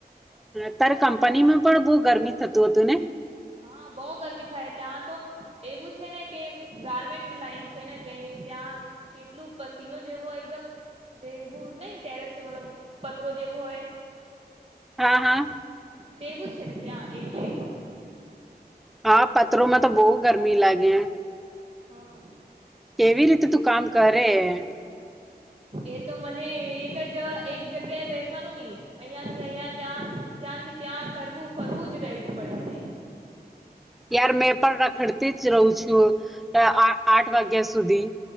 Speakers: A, in the centre; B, on the right.
A: દ તારે કંપનીમાં પણ બઉ ગરમી થતું હતું ને
B: હા બઉ ગરમી થાય ત્યાં તો એવું છે ને કે ગારમેન્ટ લાઈન છે ને ત્યાં કેટલું પસીનો જેવો એકદમ જે એવું નઈ ટેરેસ મતલબ પતરો જેવો હોય.
A: હા હા.
B: તેવું જ છે ને ત્યાં એટલે
A: હા પથરોમાં તો બઉ ગરમી લાગે.
B: હા
A: કેવી રીતે તું કામ કર હેં.
B: એ તો મને એક જવા એક જગ્યાએ બેસવાનું ની અહિયાંથી અહિયા ત્યાં ત્યાંથી ત્યાં કરવું ફરવું જ રહેવું પડે મને.
A: ત્યારમેં પણ રખડતી જ રહું છું આઠ વાગ્યા સુધી.